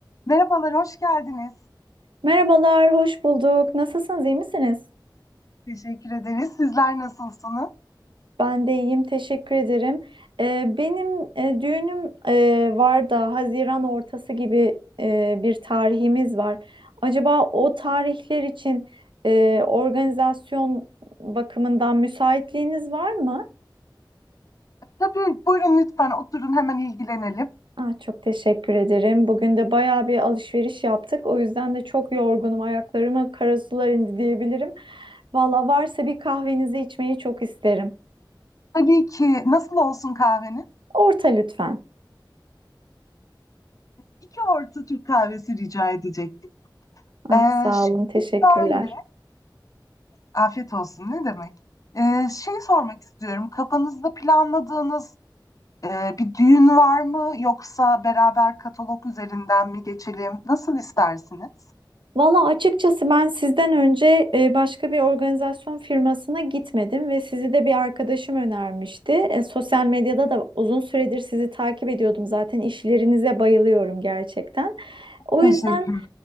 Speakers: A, on the left; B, on the right.
A: Merhabalar, hoş geldiniz.
B: Merhabalar, hoş bulduk. Nasılsınız, iyi misiniz?
A: Teşekkür ederiz. Sizler nasılsınız?
B: Ben de iyiyim, teşekkür ederim. Ee, benim e, düğünüm e, var da Haziran ortası gibi e, bir tarihimiz var. Acaba o tarihler için e, organizasyon bakımından müsaitliğiniz var mı?
A: Tabii buyurun lütfen oturun hemen ilgilenelim.
B: Ah, çok teşekkür ederim. Bugün de bayağı bir alışveriş yaptık. O yüzden de çok yorgunum. Ayaklarıma karasular indi diyebilirim. Valla varsa bir kahvenizi içmeyi çok isterim.
A: Tabii ki nasıl olsun kahveniz?
B: Orta lütfen.
A: İki orta Türk kahvesi rica edecektik.
B: Ah
A: Ee,
B: sağ
A: şimdi
B: olun, teşekkürler.
A: şöyle, afiyet olsun ne demek? Ee, şey sormak istiyorum, kafanızda planladığınız e, bir düğün var mı? Yoksa beraber katalog üzerinden mi geçelim? Nasıl istersiniz?
B: Valla açıkçası ben sizden önce e, başka bir organizasyon firmasına gitmedim ve sizi de bir arkadaşım önermişti. E, sosyal medyada da uzun süredir sizi takip ediyordum zaten işlerinize bayılıyorum gerçekten. O
A: Teşekkür
B: yüzden